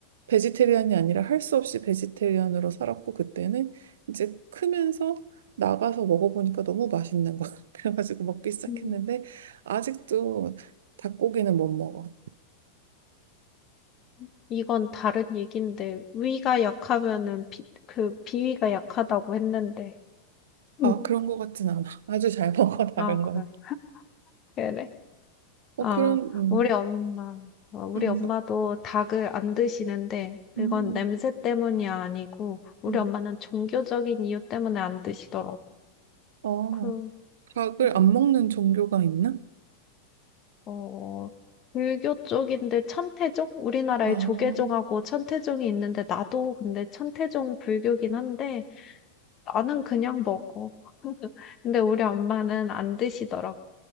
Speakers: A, on the right; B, on the left.
A: 베지테리안이 아니라 할 수 없이 베지테리안으로 살았고 그때는 이제 크면서 나가서 먹어보니까 너무 맛있는 거야. <laughs> 그래가지고 먹기 시작했는데
B: 음.
A: 아직도 닭고기는 못 먹어.
B: 음. 이건 다른 얘기인데 위가 약하면은 비, 그 비위가 약하다고 했는데
A: 아,
B: 음.
A: 그런 것 같진 않아. <laughs> 아주 잘 먹어, 다른
B: 아 그래
A: 건.
B: 그래.
A: 어,
B: 아
A: 그런, 음,
B: 우리 엄마 어, 우리
A: 음,
B: 엄마도 닭을 안 드시는데 그건
A: 음,
B: 냄새 때문이 아니고 우리
A: 음.
B: 엄마는 종교적인 이유 때문에 안 드시더라고
A: 어,
B: 그
A: 닭을
B: 음,
A: 안 먹는 종교가 있나?
B: 어, 불교 쪽인데 천태종 우리나라에
A: 아, 어,
B: 조계종하고 천태종이 있는데 나도 근데 천태종 불교긴 한데 나는 그냥 먹어 근데 우리 엄마는 안 드시더라고.